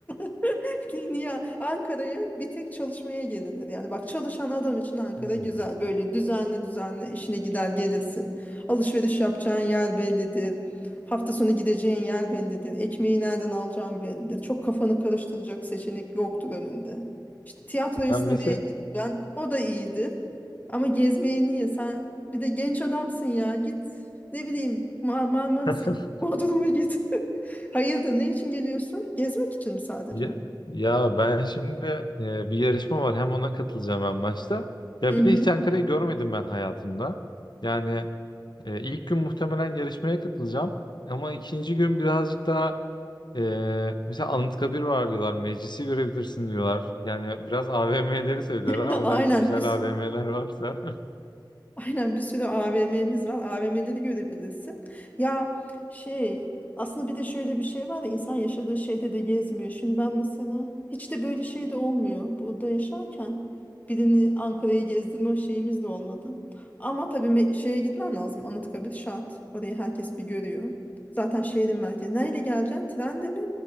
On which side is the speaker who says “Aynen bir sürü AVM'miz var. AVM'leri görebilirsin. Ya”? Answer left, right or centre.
Left